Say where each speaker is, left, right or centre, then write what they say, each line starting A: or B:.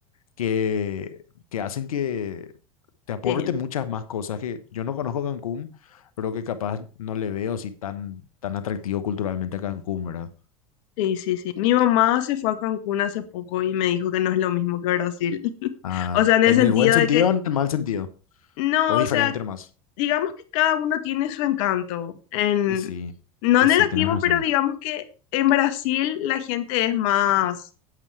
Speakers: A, on the left; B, on the left.
A: que, que hacen que te aporte
B: Sí,
A: muchas más cosas que yo no conozco Cancún, pero que capaz no le veo así tan, tan atractivo culturalmente a Cancún, ¿verdad?
B: sí, sí, sí. Mi mamá se fue a Cancún hace poco y me dijo que no es lo mismo que Brasil. <laughs>
A: Ah,
B: O sea, en el
A: en
B: sentido
A: el buen sentido
B: de que,
A: o en el mal sentido,
B: no,
A: o diferente
B: o sea,
A: más.
B: digamos que cada uno tiene su encanto. En,
A: Y sí,
B: no
A: y
B: negativo,
A: sí, tienes razón.
B: pero digamos que en Brasil la gente es más,